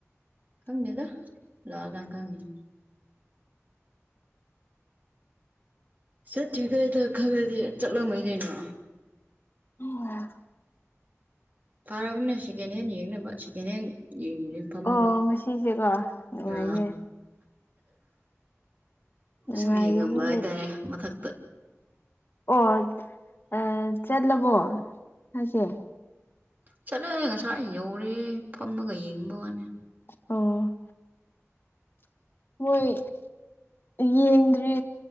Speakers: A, on the right (about 35°); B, on the left (about 45°).
A: ꯈꯪꯅꯤꯗ ꯂꯒꯥꯡ ꯈꯪꯅꯤ ꯆꯠꯇ꯭ꯔꯤ ꯀꯩꯗ ꯈꯔ ꯈꯗꯤ ꯆꯠꯂꯝꯕꯣꯏ ꯀꯩꯅꯣ
B: ꯎꯝ
A: ꯄꯥꯔꯕꯨ ꯅ ꯁꯦꯀꯦꯟ ꯍꯦꯟ ꯍꯡꯅ ꯁꯦꯀꯦꯟ ꯍꯦꯟꯡ ꯍꯡꯣ ꯐꯝꯃꯅꯕ
B: ꯑꯣ ꯉꯁꯤꯁꯦꯀꯣ ꯅꯨꯡꯉꯥꯏꯅꯦ
A: ꯑ
B: ꯅꯨꯡꯉꯥꯏꯒꯅꯤ
A: ꯁꯨꯝ ꯌꯦ ꯉꯝꯕ ꯍꯥꯏꯇꯥꯔꯦ ꯃꯊꯛ
B: ꯑꯣ ꯆꯠꯂꯕꯣ ꯍꯥꯏꯁꯦ
A: ꯆꯠꯂꯦ ꯉꯁꯥꯏ ꯌꯧꯔꯦ ꯐꯝꯃꯒ ꯌꯦꯡꯕ ꯋꯥꯅꯤ
B: ꯑꯣ ꯍꯏ ꯌꯦꯡꯗ꯭ꯔꯤ